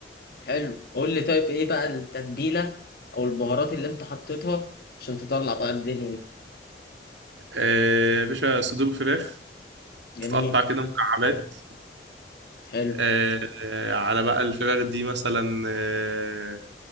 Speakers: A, on the left; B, on the right.
A: حلو قول لي طيب ايه بقى التتبيله او البهارات اللي انت حطيتها عشان تطلع بقى الدنيا دي
B: إيه، يا باشا صدور فراخ
A: جميل
B: تتقطع كده مكعبات
A: حلو
B: إيه، على بقى الفراخ دي مثلا إيه،